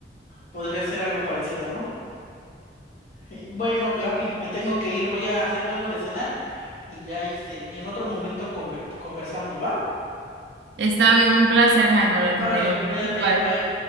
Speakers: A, on the left; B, on the right.
A: podría ser algo parecido, ¿no? Eh, Bueno, Gaby, me tengo que ir, voy a hacerme algo de cenar y ya este, en otro momento conver- conversamos, ¿va?
B: está bien, un placer, Jaime, hablar
A: Órale,
B: contigo.
A: cuídate,
B: Igual.
A: bye.